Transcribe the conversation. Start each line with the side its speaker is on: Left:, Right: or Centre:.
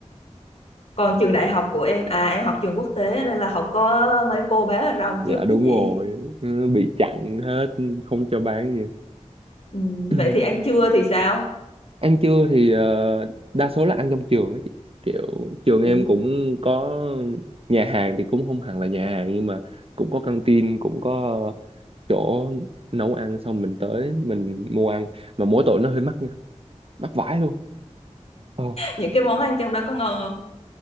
Left: còn trường đại học của em à em học trường quốc tế nên là không có mấy cô bán hàng rong
Right: dạ
Left: trước
Right: đúng
Left: chứ chị
Right: rồi Ừ, bị chặn hết không cho bán gì
Left: Ừ,
Right: <clears throat>
Left: vậy thì ăn trưa thì sao?
Right: ăn trưa thì ờ, đa số là ăn trong trường á chị kiểu trường
Left: Ừ.
Right: em cũng có nhà hàng thì cũng không hẳn là nhà hàng nhưng mà cũng có căng tin cũng có chỗ nấu ăn xong mình tới mình mua ăn mà mỗi tội nó hơi mắc nha mắc vãi luôn ờ.
Left: Những cái món ăn trong đó có ngon không?